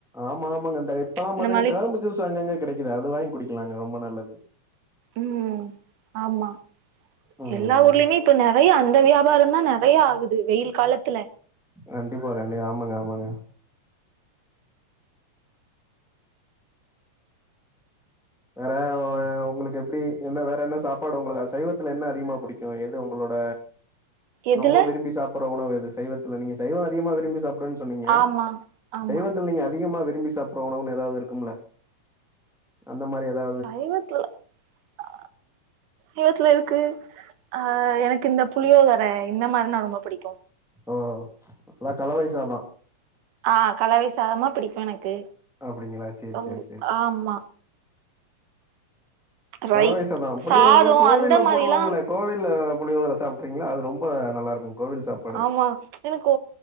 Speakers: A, in the centre; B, on the right.
A: ஆமா ஆமாங்க இந்த இப்பெல்லா
B: இந்த
A: பாத்தீங்கன்னா
B: மாரி
A: கரும்பு ஜீஸ்சு அங்க அங்க கெடைக்குது அது வாங்கி குடிக்கலாங்க ரொம்ப நல்லது
B: ம் ஆமா
A: ம்
B: எல்லா ஊர்லயுமே இப்ப நெறையா அந்த வியாபாரோதா நெறையா ஆகுது வெயில் காலத்துல
A: கண்டிப்பா கண்டிப்பா ஆமாங்க ஆமாங்க வேற ஒ ஏ உங்களுக்கு எப்டி என்ன வேற என்ன சாப்பாடு உங்களுக்கு அ சைவத்துல என்ன அதிகமா புடிக்கு எது உங்களோட
B: எதுல
A: ரொம்ப விரும்பி சாப்பட்ற உணவு எது சைவத்துல நீங்க சைவொ அதிகமா விரும்பி சாப்பட்றன் சொன்னீங்க.
B: ஆமா ஆமா
A: சைவத்துல நீங்க அதிகமா விரும்பி சாப்பற உணவு எதாவுது இருக்கும்ல அந்த மாரி எதா
B: சைவத்துல ஆ இயட்ல இருக்கு. ஆ எனக்கு இந்த புளியோதர இந்த மாரினா ரொம்ப புடிக்கு.
A: ஓ எல்லா கலவை சாதோ
B: ஆ கலவைசாதமா புடிக்கு எனக்கு
A: அப்டிங்களா சேரி
B: ஓ
A: சேரி சேரி சேரி
B: ஆமா ரை
A: கலவைசாதோ புளியோதரல்லா
B: சாதோ
A: கோவில்ல
B: அந்த மாரிலா
A: போடுவாங்களே கோவில்ல புளியோதர சாப்ட்றீங்களா அது ரொம்ப நல்லாருக்கு கோவில் சாப்பா
B: ஆமா எனக்கு